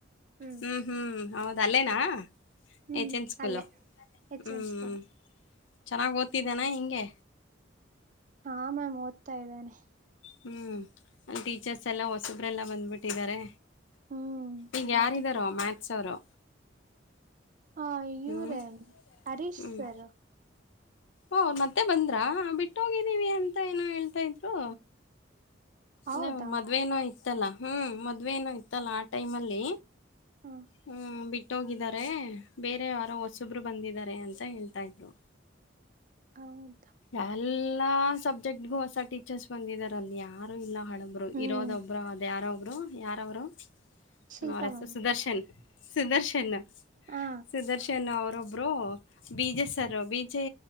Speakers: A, on the right (about 40°); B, on the left (about 75°).
A: ಹ್ಮ್
B: ಹ್ಞ ಹ್ಞೂ ಹೌದ ಅಲ್ಲೇನಾ?
A: ಹ್ಮ್
B: ಎಚ್ ಎನ್ ಸ್ಕೂಲು
A: ಅಲ್ಲೇ ಎಚ್
B: ಹ್ಮ್
A: ಎನ್ ಸ್ಕೂಲ್
B: ಚೆನ್ನಾಗ್ ಓದ್ತಿದ್ದೇನಾ ಹೆಂಗೆ?
A: ಹಾ ಮ್ಯಾಮ್ ಓದ್ತಾ ಇದ್ದಾನೆ.
B: ಹ್ಮ್ ಅಲ್ಲಿ ಟೀಚರ್ಸೆಲ್ಲ ಹೊಸಬ್ರೆಲ್ಲ ಬಂದ್ಬಿಟ್ಟಿದ್ದಾರೆ.
A: ಹ್ಮ್
B: ಈಗ
A: ಹೌದು
B: ಯಾರ್ ಇದಾರೋ ಮ್ಯಾಥ್ಸ್ ಅವರು.
A: ಹ ಇವ್ರೇ
B: ಹ್ಮ್
A: ಹರೀಶ್
B: ಹ್ಮ್
A: ಸರ್.
B: ಓ ಮತ್ತೆ ಬಂದ್ರ ಬಿಟ್ಟೋಗಿದ್ದೀವಿ ಅಂತ ಏನೋ ಹೇಳ್ತಾ ಇದ್ರು.
A: ಹೌದಾ
B: ಅದೆ ನ್ ಮದ್ವೆೇನೋ ಇತ್ತಲ್ಲಾ ಹ್ಮ್ ಮದ್ವೆನೋ ಇತ್ತಲ್ಲಾ ಆ ಟೈಮ್ ಅಲ್ಲಿ.
A: ಹಾ
B: ಹ್ಮ್ ಬಿಟ್ಟೋಗಿದ್ದಾರೆ ಬೇರೆ ಯಾರೋ ಹೊಸೊಬ್ರು ಬಂದಿದ್ದಾರೆ ಅಂತ ಹೇಳ್ತಾ ಇದ್ರು.
A: ಹೌದ?
B: ಎಲ್ಲಾ ಸಬ್ಜೆಕ್ಟ್ಗು ಹೊಸ ಟೀಚರ್ಸ್ ಬಂದಿದಾರ ಅಲ್ಲಿ ಯಾರು ಇಲ್ಲ. ಹಳುಬ್ರು
A: ಹ್ಮ್
B: ಇರೋದೊಬ್ರು ಅದ್ ಯಾರೊಬ್ರು ಯಾರವ್ರು
A: ಶಿಲ್ಪಾ
B: ಅವರ ಹೆಸ್ರು
A: ಮ್ಯಾಮ್
B: ಸುದರ್ಶನ್. ಸುದರ್ಶನು.
A: ಹಾ
B: ಸುದರ್ಶನ್ ಅವರೊಬ್ರು ವಿ ಜೆ ಸರ್ರು ವಿ ಜೆ